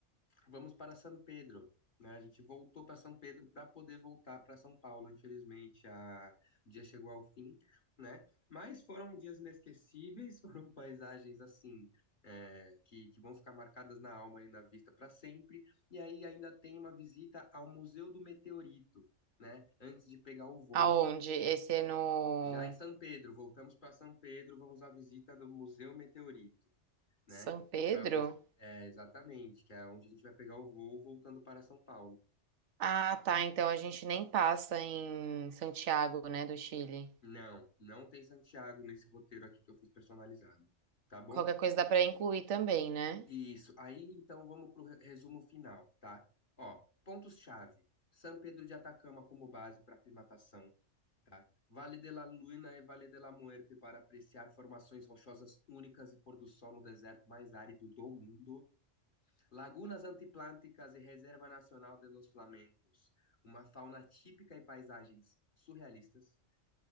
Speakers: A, on the left; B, on the right.
A: Vamos para São Pedro, né? A gente voltou para São Pedro para poder voltar para São Paulo. Infelizmente, a... o dia chegou ao fim, né? Mas foram dias inesquecíveis, <laughs> foram paisagens assim. é, que, que vão ficar marcadas na alma e na vista para sempre. E aí ainda tem uma visita ao Museu do Meteorito, né? Antes de pegar o voo.
B: Aonde? Esse é no
A: Já em São Pedro, voltamos para São Pedro, vamos à visita do Museu Meteorito né?
B: São Pedro?
A: Para você, é exatamente, que é onde a gente vai pegar o voo voltando para São Paulo.
B: Ah, tá. Então a gente nem passa em Santiago, né, do Chile.
A: Não, não tem Santiago nesse roteiro aqui que eu fiz personalizado, tá bom?
B: Qualquer coisa dá pra incluir também, né?
A: Isso. Aí então vamos pro re- resumo final, tá? Ó, pontos-chave. São Pedro de Atacama como base para aclimatação, tá? Vale de la Luna e Vale de la Muerte para apreciar formações rochosas únicas e pôr do sol no deserto mais árido do mundo. Lagunas antiplânticas e Reserva Nacional de los Flamencos, uma fauna típica e paisagens surrealistas.